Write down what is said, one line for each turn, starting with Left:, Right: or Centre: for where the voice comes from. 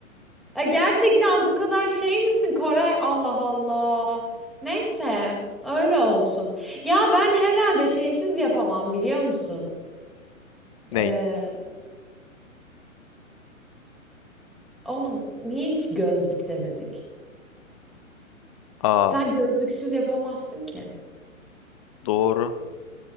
Centre: Ya gerçekten bu kadar şey misin Koray? Allah Allah. Neyse öyle olsun. Ya ben herhalde şeysiz yapamam biliyor musun?
Left: Ney?
Centre: Ee, oğlum niye hiç gözlük demedik?
Left: Aa
Centre: Sen gözlüksüz yapamazsın ki.
Left: doğru.